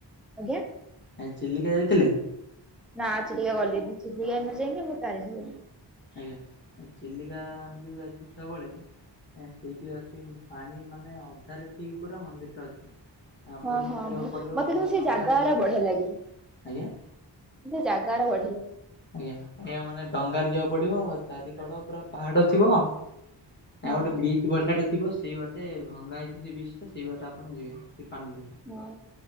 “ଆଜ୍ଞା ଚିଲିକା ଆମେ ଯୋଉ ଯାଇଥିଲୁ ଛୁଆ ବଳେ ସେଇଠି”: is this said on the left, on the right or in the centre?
Left